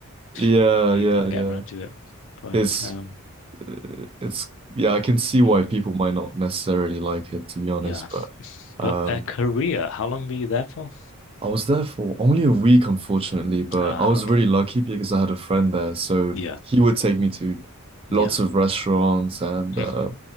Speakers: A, on the right; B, on the left.
A: Yeah,
B: <laughs> maybe
A: yeah,
B: I'll get
A: yeah.
B: around to it. But
A: It's
B: um,
A: uh, it's yeah, I can see why
B: mm,
A: people might not necessarily like it to be honest,
B: yeah.
A: but um
B: But at Korea, how long were you there for?
A: I was there for only a week unfortunately, but
B: Ah,
A: I was
B: okay.
A: really lucky because I had a friend there, so
B: Yeah,
A: he would take me to
B: yeah.
A: lots of restaurants and
B: hmm
A: uh,